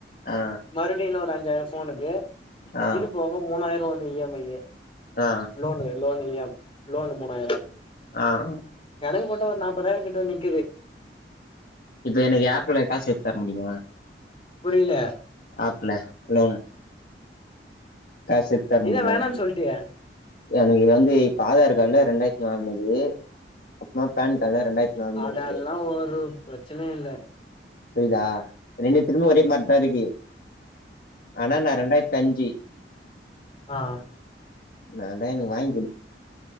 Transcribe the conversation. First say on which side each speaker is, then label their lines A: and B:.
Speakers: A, on the left (about 55°); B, on the left (about 30°).
A: ஆ
B: மறுபடியும் இன்னொரு அஞ்சாயிரம் போனுக்கு
A: ஆ
B: இது போக மூணாயிரம் ஒரு இஎம்ஐ,
A: ஆ
B: லோனு லோன் லோன் மூணாயிரம்
A: ஆஹ்ஹ்
B: கணக்கு போட்டா ஒரு நாற்பதாயிரம் கிட்டு வந்து நிக்குது
A: இப்ப எனக்கு ஆப்பிள காசு எத்து தர முடியுமா
B: புரியல
A: மாப்பிள்ளை இன்னொன்னு காசு எத்தனை
B: நீதா
A: முடியுமா
B: வேணான்னு சொல்ட்டியே
A: எனக்கு வந்து இப்ப ஆதார் கார்டுல ரெண்டாயிரத்தி நாலு, அப்புறமா பான் கார்டுல ரெண்டாயிரத்தி நாலுனு
B: அதெல்லாம்
A: இருக்கு
B: ஒரு பிரச்சனையும் இல்லை
A: புரியுதா ரெண்டுத்துக்கும் ஒரே பார்டா இருக்கு ஆனாண்ணா ரெண்டாயிரத்தி அஞ்சு
B: ஆஹ்
A: வேணும்னா எனக்கு வாங்கிக்குடு